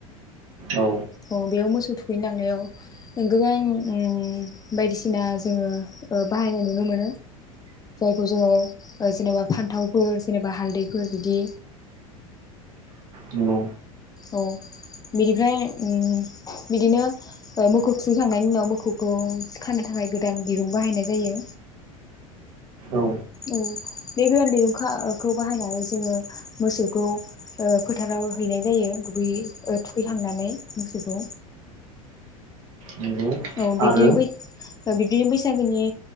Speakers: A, on the right; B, on the left.
A: औ
B: अ बेयाव मोसौ थुखैनोलांनायाव गोबां ओम बायदिसिना जोङो बाहायनाय नुनो मोनो जायखौ जोङो जेनेबा फान्थावफोर जेनेबा हालदैफोर बिदि
A: नंगौ
B: औ बिनिफ्राय उम बिदिनो मोखौ खुखैखांनायनि उनाव मोखौखौ सि खानो थाखाय गोदान दिरुं बाहायनाय जायो।
A: औ
B: औ बे गोदान दिरुंखाखौ बाहायनानै जोङो मोसौखौ फोथाराव हैनाय जायो दुगै ओ थुखैखांनानै मोसौखौ।
A: नंगौ
B: औ बिदिनो
A: आरो
B: बै बिब्दिनो बैसागोनि